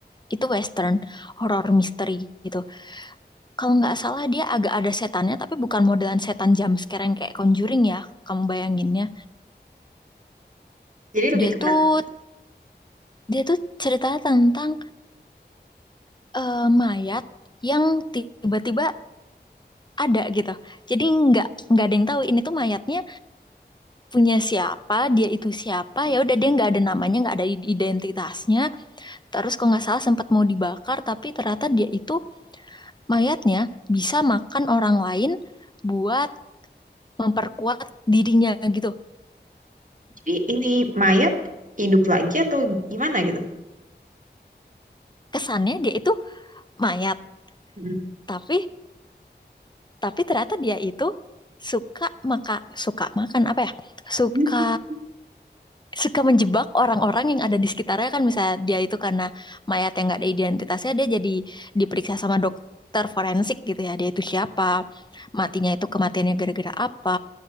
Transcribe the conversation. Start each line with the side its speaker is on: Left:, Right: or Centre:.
Left: itu western horror misteri gitu. Kalau nggak salah dia agak ada setannya tapi bukan modelan setan jump scare yang kayak Conjuring ya. Kamu bayanginnya.
Right: Jadi lebih
Left: Dia
Right: ke
Left: tuh
Right: mana?
Left: dia tuh ceritanya tentang eh, mayat yang tiba-tiba ada gitu. Jadi nggak nggak ada yang tahu ini tuh mayatnya punya siapa, dia itu siapa. Ya udah dia nggak ada namanya, nggak ada i- identitasnya. Terus kalau nggak salah sempat mau dibakar tapi ternyata dia itu mayatnya bisa makan orang lain buat memperkuat dirinya gitu.
Right: Jadi ini mayat hidup lagi atau gimana gitu?
Left: Kesannya dia itu mayat
Right: Mm.
Left: tapi tapi ternyata dia itu suka maka suka makan apa ya suka
Right: <laughs>
Left: suka menjebak orang-orang yang ada di sekitarnya kan misalnya dia itu karena mayat yang nggak ada identitasnya dia jadi diperiksa sama dokter forensik gitu ya dia itu siapa matinya itu kematiannya gara-gara apa